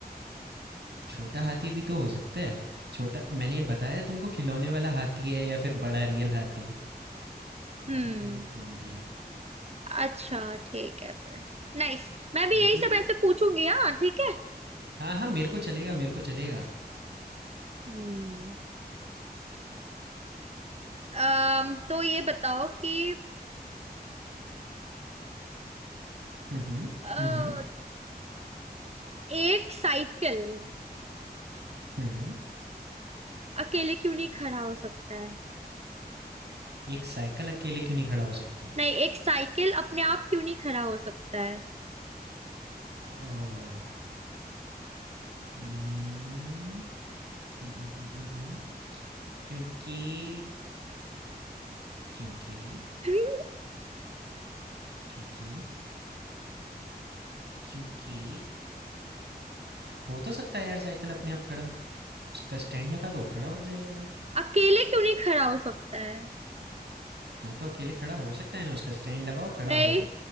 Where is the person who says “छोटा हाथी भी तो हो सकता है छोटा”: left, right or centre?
Right